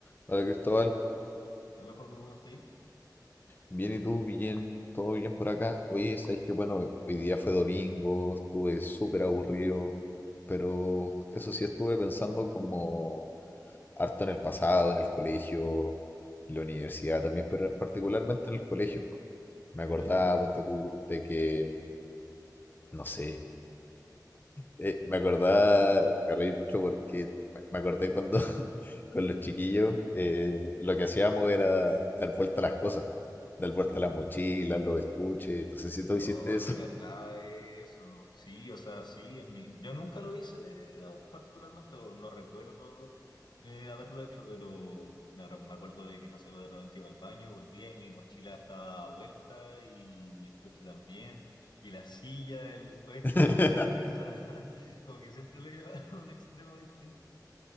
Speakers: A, on the left; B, on the left.
A: Hola Cristóbal,
B: Hola, Joaco, ¿cómo está ahí?
A: bien y tú, bien, todo bien por acá. Oye, sabes que bueno, hoy día fue domingo, estuve súper aburrido, pero eso sí estuve pensando como harto en el pasado, en el colegio, en la universidad también, pero particularmente en el colegio. Me acordaba,
B: ¿Ya?
A: ponte tú, de que, no sé, Eh, me acordaba, me reí mucho porque me, me acordé cuando <laughs> con los chiquillos eh, lo que hacíamos era dar vuelta a las cosas, dar vuelta a las mochilas, los estuches. No sé si tú
B: Ay,
A: hiciste eso.
B: me cargaba eso. Sí, o sea, sí. a mí- Yo nunca lo hice eh, particularmente, o no recuerdo eh, haberlo hecho, pero me, re- me acuerdo de que, no sé, pues, de repente iba al baño, volvía y mi mochila estaba dada vuelta y mi estuche también, y la silla, el puesto
A: <laughs>
B: y la mesa, <laughs> como que siempre lo llevaba a un extremo distinto.